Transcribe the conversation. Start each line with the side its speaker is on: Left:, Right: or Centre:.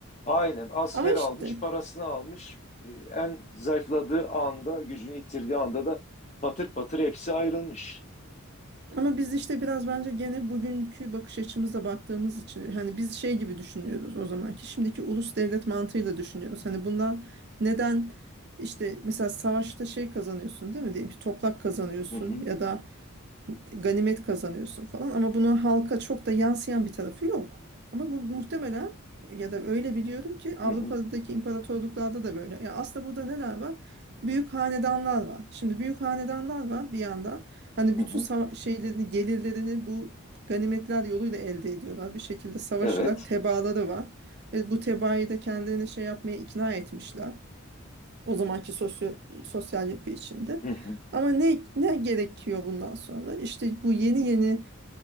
Left: Aynen asker
Right: Ama işte
Left: almış, parasını almış. E, En zayıfladığı anda, gücünü yitirdiği anda da patır patır hepsi ayrılmış.
Right: ama biz işte biraz bence gene bugünkü bakış açımızla baktığımız için hani biz şey gibi düşünüyoruz o zamanki şimdiki ulus devlet mantığıyla düşünüyoruz. Hani bundan neden işte mesela savaşta şey kazanıyorsun değil mi diyelim ki toprak kazanıyorsun
Left: Hı hı,
Right: ya da ganimet kazanıyorsun falan ama bunu halka çok da yansıyan bir tarafı yok. Ama bu muhtemelen ya da öyle biliyorum ki Avrupa'daki
Left: hı hı,
Right: imparatorluklarda da böyle. Ya aslında burada neler var? Büyük hanedanlar var. Şimdi büyük hanedanlar var bir yandan. Hani
Left: hı
Right: bütün
Left: hı.
Right: sava- şeylerini, gelirlerini bu ganimetler yoluyla elde ediyorlar. Bir şekilde savaşarak
Left: Evet,
Right: tebaaları var. Ve bu tebaayı da kendilerini şey yapmaya ikna etmişler. O zamanki sosyo, sosyal yapı içinde.
Left: hı hı,
Right: Ama ne, ne gerekiyor bundan sonra? İşte bu yeni yeni